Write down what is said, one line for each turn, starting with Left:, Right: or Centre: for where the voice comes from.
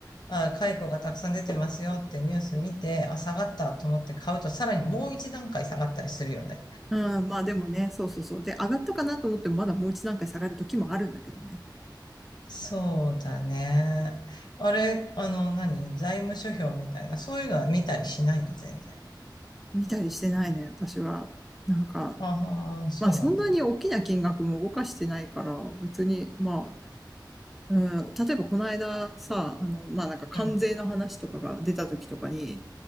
Left: あ、解雇がたくさん出てますよってニュース見て、あ、下がったと思って買うと、さらにもう一段階下がったりするよね。
Centre: うん、まあでもね、そうそうそう。で、上がったかなと思ってもまだもう一段階下がる時もあるんだけどね。
Left: そうだね。あれ、あの、何財務諸表みたいな、そういうのは見たりしないの、全然。
Centre: 見たりしてないね、私は。なんか、
Left: ああ、そうなんだ。
Centre: まあそんなに大きな金額も動かしてないから、別に、まあうん、例えばこの間さ、あの、まあ、なんか関税の話とかが出た時とかに、
Left: うん、